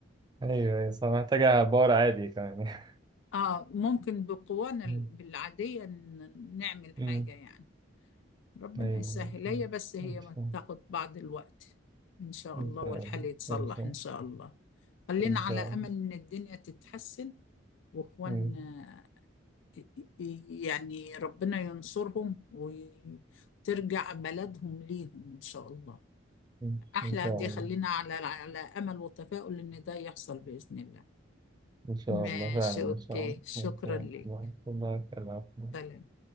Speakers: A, on the right; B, on the left.
A: أيوه أيوه صح محتاجة باور عادي كمان
B: اه ممكن بقوانا ال-
A: مم.
B: العادية ن- نعمل حاجة
A: مم.
B: يعني ربنا
A: أيوه
B: يسهل
A: أوكي.
B: هي بس هي
A: إن شاء
B: ما تاخد بعض الوقت ان شاء
A: إن
B: الله والحال
A: شاء الله
B: يتصلح
A: إن شاء
B: ان شاء الله خلينا
A: إن
B: على
A: شاء
B: امل
A: الله
B: ان الدنيا تتحسن واخواننا
A: مم.
B: ي- ي- يعني ربنا ينصرهم وترجع بلدهم ليهم إن شاء الله
A: مم.
B: أحلى
A: إن شاء
B: دي
A: الله
B: خلينا على على أمل وتفاؤل إن ده يحصل بإذن الله
A: إن شاء
B: ماشي
A: الله فعلا إن
B: أوكي
A: شاء الله
B: شكرا
A: إن شاء
B: لك
A: الله الله يخليك
B: سلام